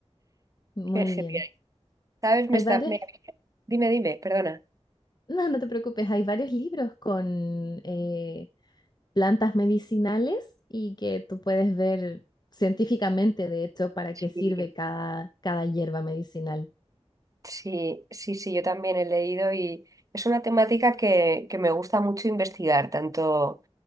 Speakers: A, on the left; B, on the right.
A: muy
B: Qué genial.
A: bien.
B: ¿Sabes? Me
A: Hay
B: está,
A: varios,
B: me- Dime, dime, perdona.
A: no, no te preocupes, hay varios libros con eh, plantas medicinales y que tú puedes ver científicamente, de hecho, para
B: Sí,
A: qué sirve cada, cada hierba medicinal.
B: sí, sí, sí, yo también he leído y es una temática que, que me gusta mucho investigar, tanto